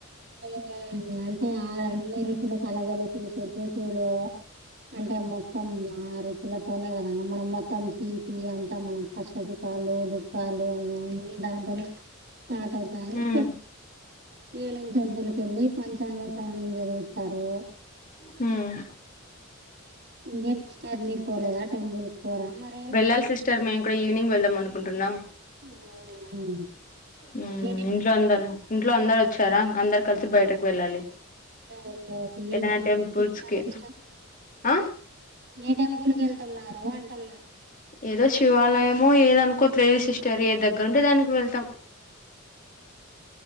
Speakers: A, on the right; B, on the left.
A: తెలంగాణ <unintelligible> అంటే ఆరల్లే రుచులు కలగలిపి షడ్రుచులు అంటే మొత్తం మ ఆ రుచులతోనే కద మనం మొత్తం తీపి అంతా మనం కష్ట సుఖాలు దుఃఖాలు అన్ని దాంతోనే ఆటోదాని <unintelligible>
B: ఉమ్
A: ఇయ్యాలె ఇ టెంపుల్ కెళ్ళి పంచాంగ శ్రవణం చదివిస్తారూ
B: మ్మ్
A: ఇంకేమ్ సిస్టర్ మీరు పోలేదా టెంపుల్ పోరా మరి
B: వెళ్ళాలి సిస్టర్ మేము కూడా ఈవినింగ్ వెళ్దాం మను ఉంటున్నామ్
A: అవునా <unintelligible>
B: మ్
A: ఏ టెంపుల్
B: ఇంట్లో అందరు ఇంట్లో అందరు అచ్చారా అందరు కలిసి బయటకు వెళ్ళాలి
A: ఓకే ఓకే ఏ
B: ఏదైనా
A: టైం
B: టెంపుల్స్
A: <unintelligible>
B: కి
A: సిస్టర్
B: ఆ
A: ఏ టెంపులు ఎళ్తున్నారు అంటున్న
B: ఏదో శివాలయము ఏదో అనుకోట్లేదు సిస్టర్ ఏ దగ్గరుంటే దానికి వెళతాం